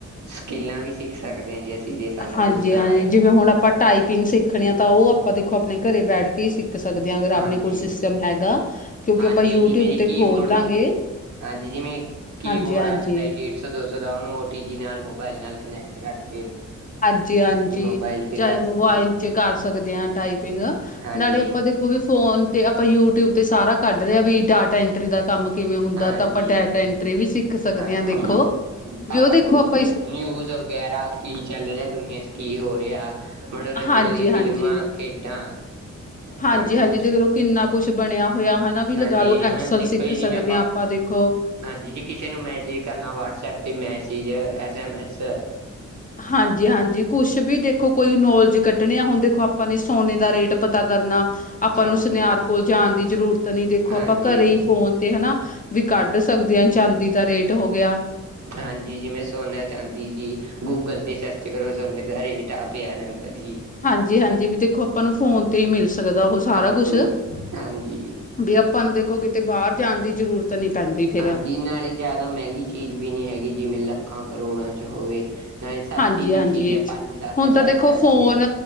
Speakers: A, on the right (about 70°); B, on the left (about 30°).
A: ਸਕਿੱਲਾਂ ਵੀ ਸਿੱਖ ਸਕਦੇ ਆਂ ਜੀ ਅਸੀਂ ਜੇ ਸਾਨੂੰ
B: ਹਾਂਜੀ-ਹਾਂਜੀ
A: ਕੁੱਛ ਨਾ ਆ ਰਿਆ।
B: ਜਿਵੇਂ ਹੁਣ ਆਪਾਂ ਟਾਈਪਿੰਗ ਸਿੱਖਣੀ ਆ ਤਾਂ ਓ ਆਪਾਂ ਦੇਖੋ ਆਪਣੇ ਘਰੇ ਬੈਠ ਕੇ ਈ ਸਿੱਖ ਸਕਦੇ ਹਾਂ ਅਗਰ ਆਪਣੇ
A: ਹਾਂਜੀ
B: ਕੋਲ ਸਿਸਟਮ ਹੈਗਾ। ਕਿਉਂਕਿ
A: ਹਾਂਜੀ
B: ਆਪਾਂ ਯੂਟਿਊਬ
A: ਜਿਵੇਂ ਜੀ
B: ਤੇ
A: ਕੀਬੋਰਡ
B: ਖੋਲ ਲਾਂਗੇ
A: ਨੂੰ, ਹਾਂਜੀ ਜਿਵੇਂ ਕੀਬੋਰਡ
B: ਹਾਂਜੀ-ਹਾਂਜੀ,
A: ਆ ਜਾਂਦਾ ਸੀ ਡੇਟ ਡੇੇਢ ਸੌ, ਦੋ ਸੋ ਦਾ ਓਨੂੰ ਓ ਟੀ ਜੀ ਨਾਲ ਮੋਬਾਇਲ ਨਾਲ ਕਨੈਕਟ ਕਰਕੇ।
B: ਹਾਂਜੀ ਹਾਂਜੀ
A: ਮੋਬਾਇਲ ਤੇ
B: ਚਾਏ
A: ਕਰ
B: ਮੋਬਾਈਲ
A: ਸਕਦੇ ਹਾਂ
B: 'ਚ ਕਰ ਸਕਦੇ ਆਂ ਟਾਈਪਿੰਗ।
A: ਹਾਂਜੀ
B: ਨਾਲੇ ਆਪਾਂ ਦੇ ਓ ਵੀ ਫੋਨ ਤੇ ਆਪਾਂ ਯੂਟਿਊਬ ਤੇ ਸਾਰਾ ਕੱਢ ਲਿਆ ਵੀ ਡਾਟਾ ਐਂਟਰੀ ਦਾ ਕੰਮ। ਕਿਵੇਂ ਹੁੰਦਾ
A: ਹਾਂਜੀ
B: ਤਾਂ ਆਪਾਂ ਡੈਟ ਐਂਟਰੀ ਵੀ ਸਿੱਖ ਸਕਦੇ
A: ਹਾਂਜੀ
B: ਆਂ ਦੇਖੋ।
A: ਆਪਾਂ
B: ਵੀ ਉਹ ਦੇਖੋ
A: ਨਿਊਜ਼
B: ਇਸ
A: ਨਿਊਜ ਵਗੈਰਾ ਕੀ ਚੱਲ ਰਿਆ ਦੁਨੀਆਂ 'ਚ, ਕੀ ਹੋ ਰਿਆ। ਮਨੋਰੰਜਨ
B: ਹਾਂਜੀ-ਹਾਂਜੀ।
A: ਲਈ ਫਿਲਮਾਂ, ਖੇਡਾਂ
B: ਹਾਂਜੀ-ਹਾਂਜੀ
A: ਹਾਂਜੀ।
B: ਦੇਖਲੋ ਕਿੰਨਾ ਕੁਛ ਬਣਿਆ ਹੋਇਆ ਹਨਾ ਵੀ
A: ਹਾਂਜੀ
B: ਲਗਾ ਲੋ
A: ਹੁਣ
B: ਐਕਸਲ
A: ਦੇਖੋ
B: ਸਿੱਖ
A: ਜੀ
B: ਸਕਦੇ
A: ਜਿਵੇਂ
B: ਆਂ ਆਪਾਂ ਦੇਖੋ।
A: ਹਾਂਜੀ ਜੇ ਕਿਸੇ ਨੂੰ ਮੈਸੇਜ ਕਰਨਾ ਵਟਸਐਪ ਤੇ ਮੈਸਜ, ਐਸਮ ਐਸ।
B: ਹਾਂਜੀ, ਹਾਂਜੀ ਕੁਛ ਵੀ ਦੇਖੋ ਕੋਈ ਨੌਲੇਜ ਕੱ ਢਣੇ ਆ ਹੁਣ ਦੇਖੋ ਆਪਾ ਨੇ ਸੋਨੇ ਦਾ ਰੇਟ ਪਤਾ ਕਰਨਾ। ਆਪਾ
A: ਹਾਂਜੀ
B: ਨੂੰ ਸਨਿਆਰ ਕੋਲ ਜਾਣ ਦੀ ਜਰੂਤ ਨੀਂ ਦੇਖੋ
A: ਹਾਂਜੀ
B: ਆਪ ਘਰੇ ਈ ਫੋਨ ਤੇ ਹਨਾ ਵੀ ਕੱਢ ਸਕਦੇ ਆਂ ਚਾਂਦੀ ਦਾ ਰੇਟ ਹੋ ਗਿਆ।
A: ਹਾਂਜੀ ਜਿਮੇਂ ਸੋਨਾ- ਚਾਂਦੀ ਜੀ। ਗੂਗਲ ਤੇ ਸਰਚ ਕਰੋ ਸੋਨੇ ਦਾ ਰੇਟ ਆਪ ਈ ਆ ਜਾਂਦਾ ਜੀ।
B: ਹਾਂਜੀ-ਹਾਂਜੀ ਵੀ ਦੇਖੋ ਆਪਾ ਨੂੰ ਫੋਨ ਤੇ ਈ ਮਿਲ ਸਕਦਾ ਓਹੋ ਸਾਰਾ
A: ਹਾਂਜੀ
B: ਕੁਸ਼।
A: ਹਾਂਜੀ
B: ਵੀ ਆਪਾਂ ਨੂੰ ਦੇਖੋ ਕਿਤੇ ਬਾਰ ਜਾਣ ਦੀ ਜ਼ਰੂਰਤ ਤ ਨੀਂ ਪੈਂਦੀ। ਫੇਰ
A: ਆਂਜੀ ਨਾਲੇ ਜ਼ਾਦਾ ਮੈਂਗੀ ਚੀਜ਼ ਵੀ ਨੀ ਹੈਗੀ ਜਿਵੇਂ ਲੱਖਾਂ-ਕਰੋੜਾਂ 'ਚ ਹੋਵੇ। ਨਾਏ ਸਸਤੀ
B: ਹਾਂਜੀ-ਹਾਂਜੀ
A: ਜੀ ਚੀਜ਼ ਐ ਪੰਜ-ਦਸ
B: ਹੁਣ
A: ਹਜ਼ਾਰ
B: ਤਾਂ ਦੇਖੋ
A: 'ਚ ਆ ਜਾਂਦੀ
B: ਫੋਨ
A: ਐਗੀ।